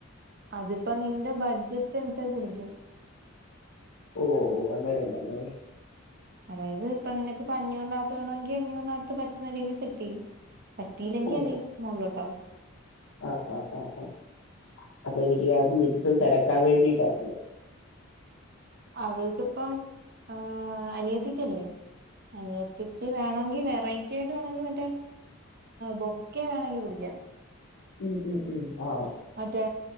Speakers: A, on the right; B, on the left.
A: അതിപ്പോ നിന്റെ ബഡ്ജറ്റ് അനുസരിച്ചിരിക്കും
B: ഓഓ അങ്ങനെയണ്ടല്ലേ
A: അതായത് ഇപ്പൊ നിനക്ക്പ്പ അഞ്ഞൂറികത്ത് വേണമെങ്കി അഞ്ഞൂറിനകത്ത് പറ്റുന്ന രീതിൽ സെറ്റ് ചെയ്യും പറ്റിയില്ലെങ്കിൽ
B: ഓ
A: അത് മോളിലോട്ടാവും
B: ആഹ് ആഹ് ആഹ് അഹ് അപ്പൊ എനിക്ക് കണം <unintelligible> തിരക്കാൻ വേണ്ടിയിട്ടായിരുന്നു
A: അവൾക്കിപ്പം ഏഹ് അനിയത്തിക്കല്ലേ അനിയത്തി <unintelligible> വേണങ്കിൽ വെറൈറ്റി ആയിട്ട് വേണങ്കിൽ മറ്റേ ബൊക്കെ വേണങ്കിൽ പിടിക്കാം
B: ഉം ഉം ഉം ആഒ
A: മറ്റേ